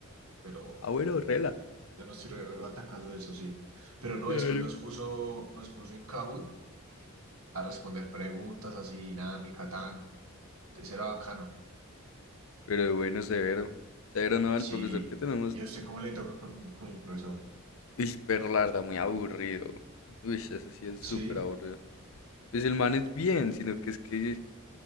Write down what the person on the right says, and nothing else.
Pero
yo no estoy relevante caso de eso, sí. Pero no,
después nos puso, nos puso en Kahoot a responder preguntas así, dinámica, tan. Entonces era bacano.
Sí.
¿Y a usted cómo le toca con, con el profesor?
Sí,